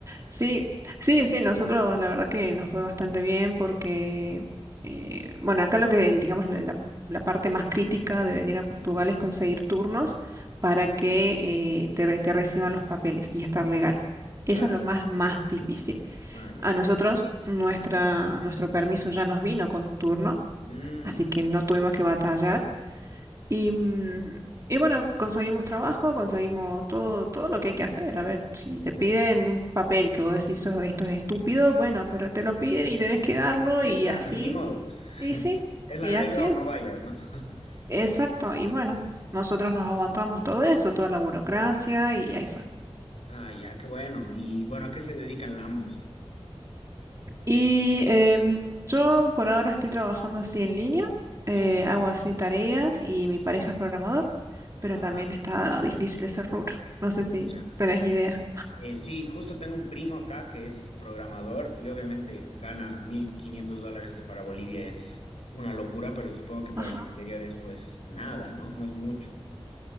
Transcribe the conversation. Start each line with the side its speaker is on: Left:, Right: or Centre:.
Right: sí, sí,
Left: Bueno,
Right: sí, nosotros la verdad que nos fue bastante bien porque, eh, bueno, acá lo que, el- digamos, la, la- la parte más crítica de venir a Portugal es conseguir turnos para que eh, te, re- te reciban los papeles y estar legal. Eso
Left: claro.
Right: es lo más, más difícil.
Left: Ah, ya.
Right: A nosotros, nuestra, nuestro permiso ya nos vino con un turno,
Left: Mm,
Right: así que no tuvimos que batallar. Y, mm, y bueno, conseguimos trabajo, conseguimos todo, todo lo que hay que hacer. A ver, si te piden un papel que vos decís, "Eso- esto es estúpido, bueno, pero te lo piden y tenés que darlo
Left: tienes
Right: y
Left: que darlo,
Right: así.
Left: y ni modo, pues. <laughs>
Right: Y sí,
Left: Es la
Right: y
Left: regla
Right: así
Left: o
Right: es.
Left: no vayas, ¿no? <laughs>
Right: Exacto.
Left: Así.
Right: Y bueno, nosotros nos aguantamos todo eso, toda la burocracia y ahí fue.
Left: Ah, ya, qué bueno. Y bueno, ¿a qué se dedican ambos?
Right: Y em, yo por ahora estoy trabajando así en línea, eh,
Left: Ya.
Right: hago así tareas y mi pareja es programador, pero
Left: Ah,
Right: también está difícil ese rubro. No sé si
Left: pucha.
Right: tenés idea.
Left: Eh, sí, justo tengo un primo acá que es programador y obviamente gana 1.500 dólares, que para Bolivia es una locura, pero supongo que para
Right: Ajá.
Left: el exterior es pues nada, ¿no? No es mucho.